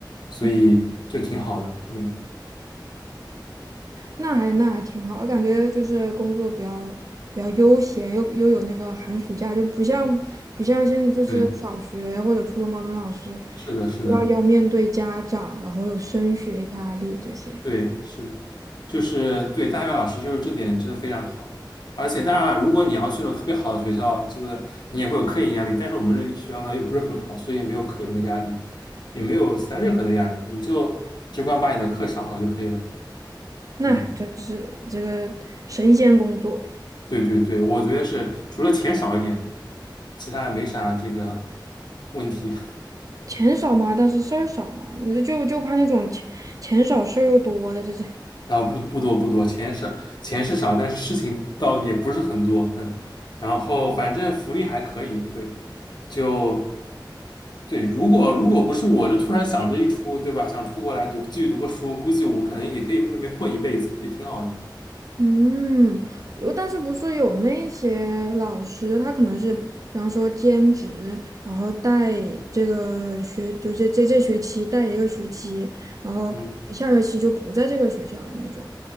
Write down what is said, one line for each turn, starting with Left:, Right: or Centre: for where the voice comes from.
Left: 所以就挺好的，
Right: 嗯，
Left: 嗯，
Right: 那还那还挺好，我感觉就是工作比较比较悠闲，又又有那个寒暑假，就不像不像现在就是小学或者初中、
Left: 对
Right: 高中老师
Left: 是的，是的。
Right: 要要面对家长，然后有升学压力这些，
Left: 对，是的，就是对大学老师就是这点真的非常好，而且当然了，如果你要去那种特别好的学校，这个你也会有科研压力，但是我们这学校呢又不是很好，所以也没有科研的压力，也没有其他任何的压力，你就只管把你的课上好就可以了。
Right: 那还真是这个神仙工作，
Left: 嗯，对对对，我觉得是除了钱少一点，其他也没啥这个问题。
Right: 钱少嘛，但是事儿少嘛，你这就就怕那种钱钱少事儿又多的，这是。
Left: 然后不不多不多，钱是钱是少，但是事情倒也不是很多，嗯，然后反正福利还可以，对。就对，如果如果不是我，就突然想着一出，对吧？想出国来读，继续读个书，估计我可能也可以在那边混一辈子，也挺好的。
Right: 嗯，有，但是不是有那些老师，他可能是，
Left: 嗯
Right: 比方说兼职，然后带这个学，就这这这学期带一个学期，然后下学期就不在这个学校了那种。
Left: 嗯，